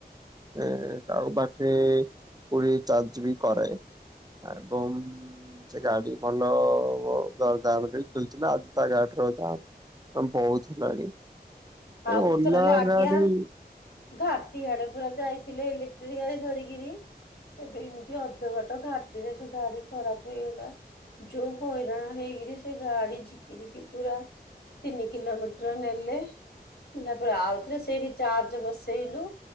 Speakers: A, on the right; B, on the left.
A: ହେ ତ ଆଉ ବାକି କୋଡିଏ ଚାର୍ଜ ବି କରେ। ଏବଂ ସେ ଗାଡି ଭଲ <unintelligible> ବହୁତ ହେଲାଣି।
B: ଆଉ ଗୋଟେ
A: ଓନାରାରି।
B: ଥର ହେଲେ ଆଜ୍ଞା ଘାଟି ଆଡେ ପୁରା ଯାଇଥିଲେ ଇଲେକ୍ଟ୍ରିକ ଗାଡି ଧରିକିରି। ଏବେ ଏମିତି ଅଧ ବାଟ ଘାଟିରେ ସେ ଗାଡି ଖରାପ ହେଇଗଲା। ଯୋଉ ହଇରାଣ ହେଇକିରି ସେ ଗାଡି ଝିକି ଝିକି ପୁରା ତିନି କିଲୋମିଟର ନେଲେ। ହେଲା ପରେ ଆଉ ଥରେ ସେଇଠି ଚାର୍ଜ ବସେଇଲୁ।